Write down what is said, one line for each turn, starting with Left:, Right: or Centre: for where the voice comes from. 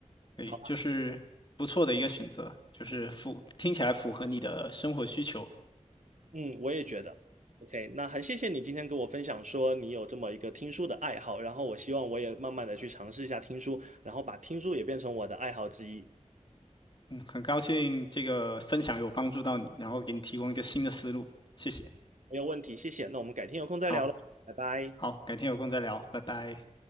Left: 对，
Right: 好吧，
Left: 就是不错的一个选择，就是符听起来符合你的生活需求。
Right: 嗯，我也觉得。OK，那很谢谢你今天跟我分享说你有这么一个听书的爱好，然后我希望我也慢慢的去尝试一下听书，然后把听书也变成我的爱好之一。
Left: 嗯，很高兴这个分享有帮助到你，然后给你提供一个新的思路，谢谢。
Right: 没有问题，谢谢。那我们改天有空再聊了，
Left: 好，
Right: 拜拜。
Left: 好，改天有空再聊，拜拜。